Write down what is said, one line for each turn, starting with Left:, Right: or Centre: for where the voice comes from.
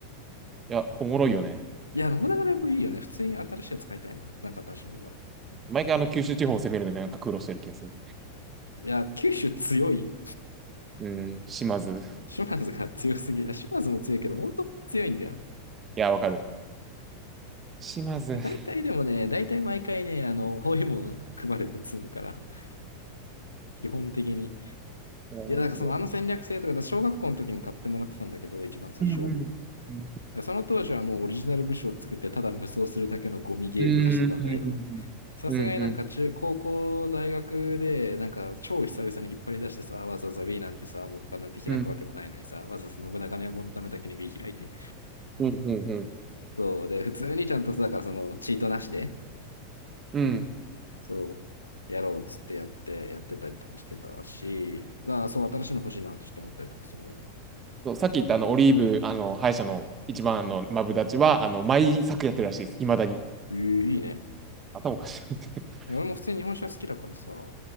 Right: いや、おもろいよね。
Left: いや、信長の野望いいよね。普通に新しいやつ買いたいな。なんか新しいんでたら。
Right: 毎回あの九州地方を攻めるのになんか苦労してる気がする。
Left: いや、九州強い。
Right: うん、島津。
Left: 島津が強すぎ。<laughs> あ島津も強いけど、大友も強いんだよ。
Right: いや、わかる。島津。
Left: 大体でもね、
Right: い
Left: 大体毎回ね、あの、包囲網組まれて積むから、<laughs> 基本的に。
Right: やマジで
Left: いや、だからそのあの戦略性とか、だから小学校の時に買ってもらってたんだけど、一番最初。
Right: うんうん
Left: だか
Right: う
Left: らその当時はもうオリジナル部署を作って、ただ無双するだけのゴミゲーとかしてたんだけど、
Right: んうんうん
Left: さすがになんか中、高校、大学で、なんか超久々に引っ張り出してさ、わざわざ B なんてさ、もう他なんて開くわけもないのにさ、
Right: うんうん
Left: わざわざ信長の野望のためだけに B 開いて、
Right: うんうん
Left: そう。で、普通にちゃんとさ、だからその、チートなしで、
Right: うん
Left: そう、やろうっつってやって、やってたりとかしてたし、だからそう、新しいの欲しいなってちょっと思ったりとかするわね。
Right: そうさっき言ったあのオリーブあの歯医者の一番のマブダチはあの毎作やってるらしいです。いまだに。
Left: えー、いいね。
Right: 頭おかしい。<laughs>
Left: え俺も普通に日本酒は好きだからさ、